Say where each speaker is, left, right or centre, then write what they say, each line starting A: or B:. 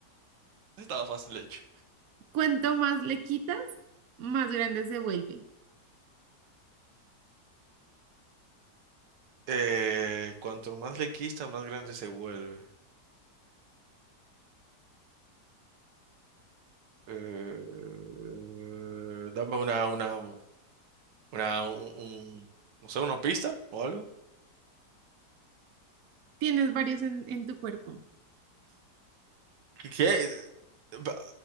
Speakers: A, on the right; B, on the right.
A: Estaba fácil hecho.
B: cuanto más le quitas, más grande se vuelve.
A: Eh, cuanto más le quita, más grande se vuelve. Eh, dame una, una, una, un, un- no sé, una pista o algo.
B: Tienes varios en, en tu cuerpo.
A: ¿Qué? qué? Ba-